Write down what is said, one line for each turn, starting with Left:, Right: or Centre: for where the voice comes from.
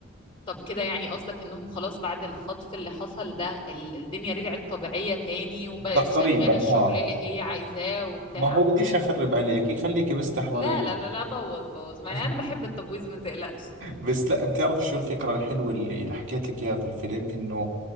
Left: طب كده يعني قصدك انهم خلاص بعد الخطف اللي حصل ده ال- الدنيا رجعت طبيعية تاني وبقت
Right: تقريبا
Left: شغالة الشغل
Right: آه
Left: اللي هي عايزاه وبتاع
Right: ما هو بديش أخرب عليكي خليكي بس تحضري
Left: لا لا لا لا بوظ بوظ معايا
Right: <laughs>
Left: انا بحب التبويظ ما تقلقش
Right: بس لا بتعرف شو الفكرة الحلوة اللي حكيت لك إياها في الفيلم إنه